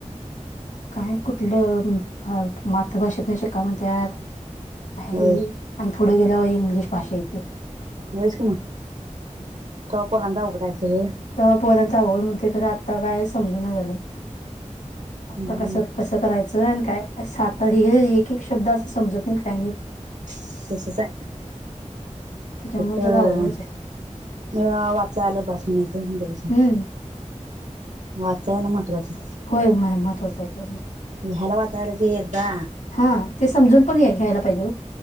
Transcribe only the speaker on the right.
होय
व्हयच की मग, तवा पोरांच अवघड आहे सगळं.
हम्म
तसंच आहे.
पक अ
वाचाय आलं बास म्हणायचं, आणि गप बसायचं.
वाचाय येन महत्त्वाचं.
लिहायल, वाचायला आलं की एखदा